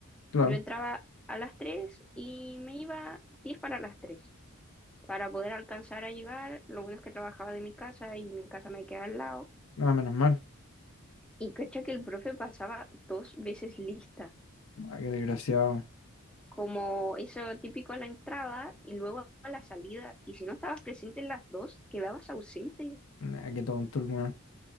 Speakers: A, on the left; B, in the centre.
A: Claro,
B: Yo entraba a las 3 y me iba 10 para las 3 para poder alcanzar a llegar. Lo bueno es que trabajaba de mi casa y mi casa me queda al lado.
A: ah, menos mal.
B: Y cacha que el profe pasaba dos veces lista,
A: Ah, qué desgraciado.
B: como eso típico a la entrada y luego a la salida. Y si no estabas presente en las dos, quedabas ausente.
A: Ah, qué tonto el weón.